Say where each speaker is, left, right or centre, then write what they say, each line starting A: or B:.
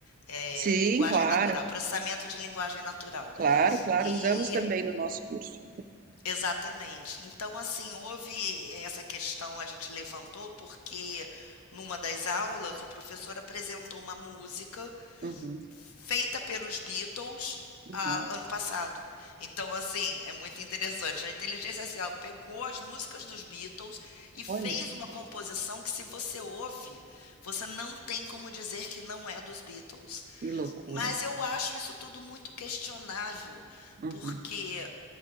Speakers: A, on the left; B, on the right.
A: é,
B: Sim,
A: linguagem
B: claro,
A: natural, processamento de linguagem natural.
B: claro, claro.
A: E
B: Usamos também no nosso curso.
A: exatamente. Então, assim, houve essa questão, a gente levantou porque numa das aulas o professor apresentou uma música
B: Uhum,
A: feita pelos Beatles
B: uhum.
A: ah, ano passado. Então, assim, é muito interessante. A inteligência artificial pegou as músicas dos Beatles e fez
B: Olha,
A: uma composição que, se você ouve, você não tem como dizer que não é dos Beatles.
B: que loucura.
A: Mas eu acho isso tudo muito questionável,
B: Uhum,
A: porque